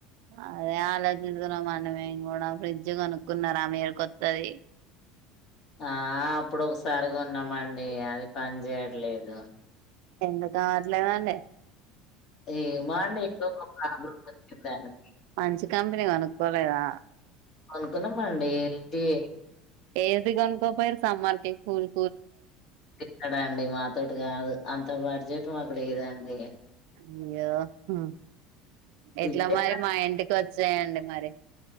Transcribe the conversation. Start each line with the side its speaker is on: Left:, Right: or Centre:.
Right: అదే ఆలోచిస్తున్నామండి మేము కూడా ఫ్రిడ్జ్ కొనుక్కున్నారా మీర్ కొత్తది
Left: ఆహ్ అప్పుడు ఒక్సారి కొన్నమండి అది పనిచేయట్లేదు.
Right: ఎందుకు కావట్లేదండి
Left: ఏమో అండి ఏదో ఒక ప్రాబ్లం వచ్చిందని
Right: మంచి కంపెనీ కోనుకోలేదా.
Left: కోనుకున్నామ్ అండి ఇదే.
Right: ఏసీ కోనుకోపోయారు సామ్మార్కి కూల్.
Left: ఎక్కడండి మాతోటి కాదు అంత బడ్జెట్ మాకు లేదండి.
Right: అయ్యో హు
Left: ఫ్రిడ్జే
Right: ఎట్లా మరి మా ఇంటికి వచ్చ్. వచ్చేయండి మరి.